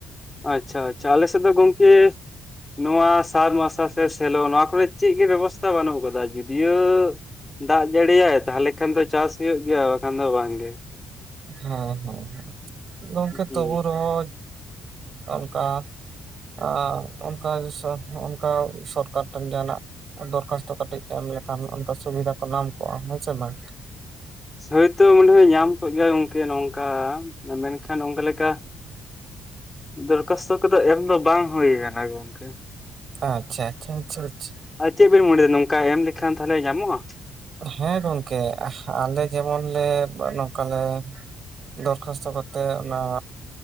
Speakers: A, on the left (about 20°); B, on the right (about 55°).
A: ᱟᱪᱪᱷᱟ ᱟᱪᱪᱷᱟ ᱟᱞᱮ ᱥᱮᱫ ᱫᱚ ᱜᱚᱝᱠᱮ ᱱᱚᱣᱟ ᱥᱟᱵ ᱢᱟᱨᱟᱥᱟ ᱥᱮ ᱥᱮᱞᱚ ᱱᱚᱣᱟ ᱠᱚᱨᱮ ᱪᱮᱫ ᱜᱮ ᱵᱮᱵᱚᱥᱛᱷᱟ ᱵᱟᱹᱱᱩᱜ ᱟᱠᱟᱫᱟ ᱡᱩᱫᱤᱭᱳ ᱫᱟᱜ ᱡᱟᱹᱲᱤᱭᱟᱭ ᱛᱟᱦᱚᱞᱮ ᱠᱷᱟᱱ ᱫᱚ ᱪᱟᱥ ᱦᱩᱭᱩᱜ ᱜᱮᱭᱟ ᱵᱟᱠᱷᱟᱱ ᱫᱚ ᱵᱟᱝᱜᱮ
B: ᱦᱮᱸ ᱦᱮᱸ ᱦᱮᱸ ᱜᱚᱝᱠᱮ
A: ᱦᱩᱸ
B: ᱛᱚᱵᱩ ᱨᱮᱦᱚ ᱚᱱᱠᱟ ᱟᱨ ᱚᱱᱠᱟ ᱚᱱᱠᱟ ᱥᱚᱨᱠᱟᱨ ᱴᱷᱮᱱ ᱡᱟᱦᱟᱱᱟᱜ ᱫᱚᱨᱠᱷᱟᱥᱛᱚ ᱠᱟᱹᱴᱤᱡ ᱮᱢ ᱞᱮᱠᱷᱟᱱ ᱚᱱᱠᱟ ᱥᱩᱵᱤᱫᱷᱟ ᱠᱚ ᱧᱟᱢ ᱠᱚᱜᱼᱟ ᱦᱮᱸ ᱥᱮ ᱵᱟᱝ
A: ᱦᱳᱭᱛᱳ ᱢᱟᱱᱮᱦᱚᱭ ᱧᱟᱢ ᱠᱚᱜ ᱜᱮᱭᱟᱭ ᱜᱚᱝᱠᱮ ᱱᱚᱝᱠᱟ ᱚᱱ ᱢᱮᱱᱠᱷᱟᱱ ᱚᱱᱠᱟ ᱞᱮᱠᱟ ᱫᱚᱨᱠᱷᱟᱥᱛᱚ ᱠᱚᱫᱚ ᱮᱢ ᱫᱚ ᱵᱟᱝ ᱦᱩᱭ ᱠᱟᱱᱟ ᱜᱚᱝᱠᱮ
B: ᱟᱪᱪᱷᱟ ᱟᱪᱪᱷᱟ ᱟᱪᱪᱷᱟ ᱟᱪᱪᱷᱟ
A: ᱟᱨ ᱪᱮᱫ ᱵᱤᱱ ᱢᱚᱱᱮᱭᱮᱫᱟ ᱱᱚᱝᱠᱟ ᱮᱢ ᱞᱮᱠᱷᱟᱱ ᱛᱟᱦᱚᱞᱮ ᱧᱟᱢᱚᱜᱼᱟ
B: ᱦᱮᱸ ᱜᱚᱝᱠᱮ ᱟᱞᱮ ᱡᱮᱢᱚᱱ ᱞᱮ ᱱᱚᱝᱠᱟᱞᱮ ᱫᱚᱨᱠᱷᱟᱥᱛᱚ ᱠᱚᱛᱮ ᱚᱱᱟ